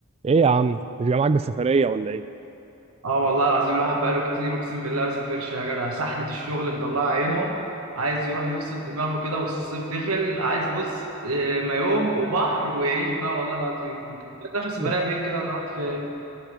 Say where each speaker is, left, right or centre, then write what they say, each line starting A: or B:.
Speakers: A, on the right (about 30°); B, on the right (about 80°).
A: ايه يا عم مش جاي معاك بالسفريه ولا ايه
B: اه والله العظيم الواحد بقاله كتير اقسم بالله ما سافرش يا جدع سحلة الشغل مطلعه عينه عايز يروح يفصل دماغه كده والصيف دخل عايز بص آه، مايوه وبحر ويعيش بقى والله العظيم انت اخر
A: <laughs>
B: سفرية فين كده ولا رحت فين؟